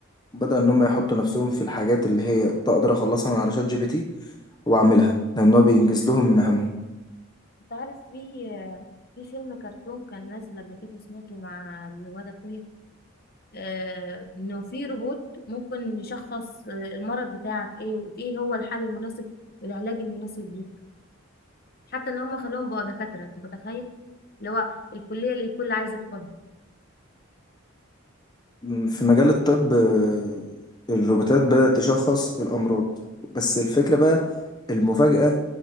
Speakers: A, on the left (about 20°); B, on the left (about 45°).
A: وبدأ ان هم يحطوا نفسهم في الحاجات اللي هي تقدر اخلصها من على شات جي بي تي واعملها لان هو بينجز لهم مهامهم
B: انت عارف في في فيلم كرتون كان نازل قبل كده سمعته مع الواد اخويا آه، انه في روبوت ممكن يشخص آه، المرض بتاعك ايه وايه هو الحل المناسب والعلاج المناسب ليك حتى ان هم خلوهم بقى دكاتره انت متخيل اللي هو الكليه اللي الكل عايز يدخلها
A: م، في مجال الطب آه، الروبوتات بدأت تشخص الامراض بس الفكرة بقى المفاجأة